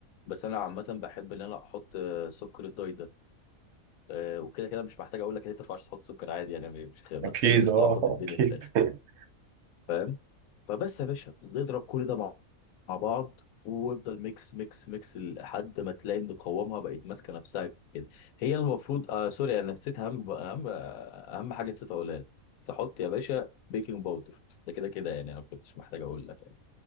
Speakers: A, on the left; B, on the right.
A: بس انا عامه بحب ان انا احط آه، سكر الدايت ده آه، وكده كده مش محتاج اقول لك ان انت ما ينفعش تحط سكر عادي يعني مش خ- ما
B: أكيد
A: تخليناش
B: أه
A: تعبط الدنيا
B: أكيد
A: في الاخر
B: <laughs>
A: فاهم فبس يا باشا نضرب كل ده مع مع بعض وافضل ميكس ميكس ميكس لحد ما تلاقي ان قوامها بقت ماسكه نفسها كده هي المفروض آه سوري انا نسيت اهم اهم اهم حاجه نسيت اقولها لك تحط يا باشا بيكنج باودر ده كده كده يعني انا ما كنتش محتاج اقول لك يعني.